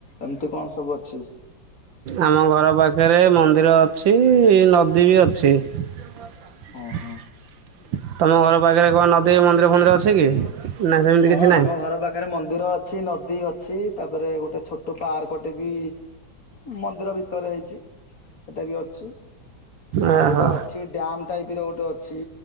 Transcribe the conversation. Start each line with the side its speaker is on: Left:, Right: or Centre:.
Left: ଏମିତି କଣ? ସବୁ ଅଛି?
Right: ଆମ ଘର ପାଖରେ ମନ୍ଦିର ଅଛି ନଦୀ ବି ଅଛି ।
Left: ଓହୋ
Right: ତମ ଘର ପାଖରେ କଣ ନଦୀ ମନ୍ଦିର ଫନ୍ଦିର ଅଛି କି? ନା ସେମିତି
Left: ହଁ
Right: କିଛି ନାହିଁ
Left: ଆମ ଘର ପାଖରେ ମନ୍ଦିର ଅଛି, ନଦୀ ଅଛି <inaudible> ଅଛି ତାପରେ ଗୋଟେ ଛୋଟ ପାର୍କଟେ ବି ମନ୍ଦିର ଭିତରେ ହେଇଛି, ସେଟା ବି ଅଛି ।
Right: ଓହୋ
Left: ଆଉ ଗୋଟେ ଅଛି ଡାମ ଟାଇପ ର ଗୋଟେ ଅଛି